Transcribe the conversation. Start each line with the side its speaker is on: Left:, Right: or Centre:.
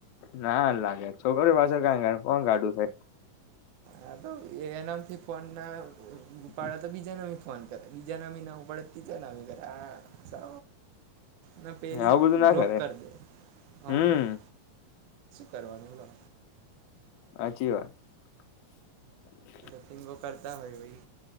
Left: ના લાગે છોકરી પાસે કઈ ગા કોણ કાઢું ખાય.
Right: આ તો એનામથી ફોન ના
Left: <inaudible>
Right: ઉપાડે તો બીજાનામી ફોન કર બીજાના મી ના ઉપડ તો તીજાના મ કરે આ સો મે પેલી
Left: આવું
Right: પણ
Left: બધું ના
Right: બ્લોક
Left: કરે
Right: કર દે. હા
Left: હમ
Right: ભઈ. કરવાનું લો.
Left: હાચી વાત. <inaudible>
Right: જપિંગો કરતા હોય ભઈ